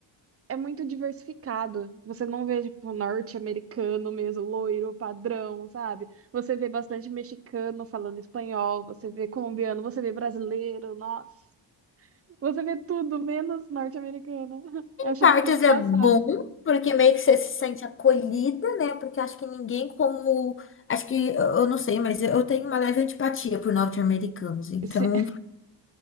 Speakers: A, on the right (about 30°); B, on the left (about 30°).
A: É muito diversificado. Você não vê, tipo, norte-americano mesmo, loiro, padrão, sabe? Você vê bastante mexicano falando espanhol, você vê colombiano, você vê brasileiro, nossa. Você vê tudo, menos norte-americana. <laughs> Eu chego
B: Partos
A: a ser engraçada.
B: é bom, porque meio que você se sente acolhida, né? Porque acho que ninguém como. Acho que, eu eu não sei, mas eu tenho uma leve antipatia por norte-americanos. Então,
A: Sim.